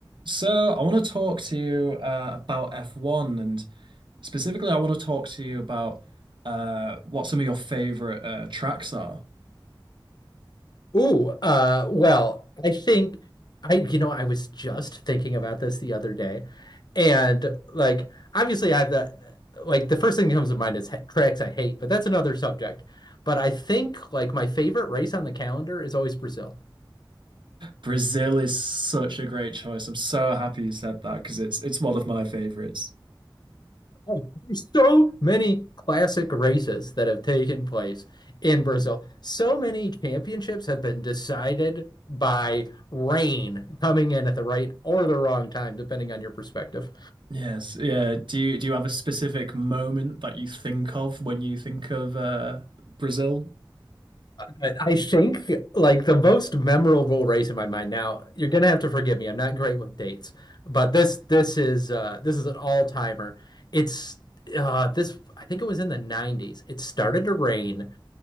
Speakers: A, on the right; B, on the left.
A: So, I want to talk to you uh, about F1 and specifically, I want to talk to you about uh, what some of your favorite uh, tracks are.
B: Ooh, uh, well, I think I, you know, I was just thinking about this the other day, and like, obviously, I have the like the first thing that comes to mind is ha- tracks I hate, but that's another subject. But I think like my favorite race on the calendar is always Brazil.
A: Brazil is such a great choice. I'm so happy you said that because it's it's one of my favorites.
B: Oh, there's so many classic races that have taken place in Brazil. So many championships have been decided by rain coming in at the right or the wrong time, depending on your perspective.
A: Yes, yeah. Do you do you have a specific moment that you think of when you think of uh, Brazil?
B: But I think like the most memorable race in my mind. Now, you're gonna have to forgive me. I'm not great with dates, but this this is uh this is an all-timer. It's uh this I think it was in the 90s. It started to rain